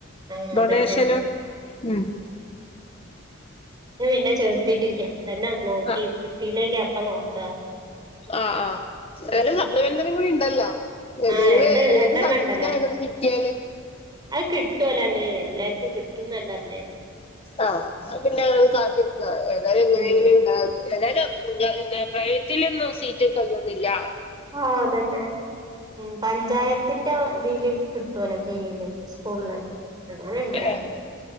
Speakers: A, on the right; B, on the left.
A: ആഹ്
B: ഡൊണേഷനും
A: അതന്നെ
B: ഉം
A: ഞാൻ പിന്നെ ചേർത്തിട്ടില്ല ഇതന്നെ നോക്കി
B: ആ
A: കിട്ടില്ലെങ്കി അപ്പ നോക്കാ
B: ആഹ് ആഹ് <unintelligible>
A: ഉം
B: ലറിം കൂടിണ്ടല്ലോ <unintelligible>
A: ആഹ് രണ്ട്
B: ഏത്
A: രണ്ടെണ്ണം
B: സബ്ജെക്ടിന്റെ
A: ഇണ്ടല്ലോ
B: ആയാലും കിട്ടിയാല്
A: അത് കിട്ടുലന്നേ എല്ലാർക്കും കിട്ടുംന്നല്ലർഞ്ഞെ
B: ആഹ് ഞ്ഞപിന്നെ അത് കാത്തിരിക്ക ഏതായാലും എങ്ങനെ
A: ഉം
B: എങ്കിലും ഇട ഏതായാലും പ്രൈവറ്റിലൊന്നും സീറ്റ് കയ്യോന്നില്ല
A: ആഹ് അതെന്നെ ഉം പഞ്ചായത്തിന്റെ ഇതില് കിട്ടുവല്ലോ കീ യില് സ്കൂളില് അങ്ങനെണ്ട്
B: ഏഹ്
A: അറഞ്ഞു